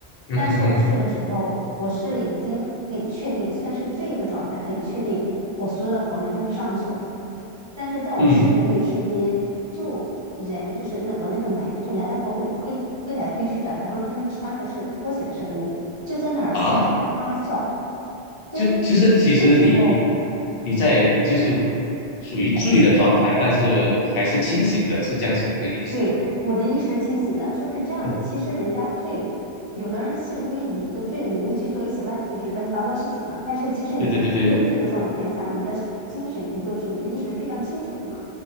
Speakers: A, on the left; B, on the left.
A: 嗯哼哼，
B: 但是我睡的时候，我是已经很确定，虽然是醉意的状态，很确定我所有的房门都是上了锁的。但是在我睡的那一瞬间，
A: 嗯
B: 就人就是那我那个门就来来回回推推来推去的，然后他们穿的是拖鞋的声音，就在那儿笑，
A: 啊，
B: 哈哈哈哈笑。所以
A: 就就是其实你你
B: 那时候
A: 你在就是属于醉的状态，但是还是清醒的，是这样子一个意思吧？
B: 对，我的意识是清醒的，就是这样的。
A: <laughs>
B: 其实人家罪，有的人是因为以一个醉的名义去做一些乱，就是乱七八糟的事情嘛。但是其实你越醉的状态下，
A: 对对对对，
B: 你的精神你都是你的意识是非常清楚的嘛。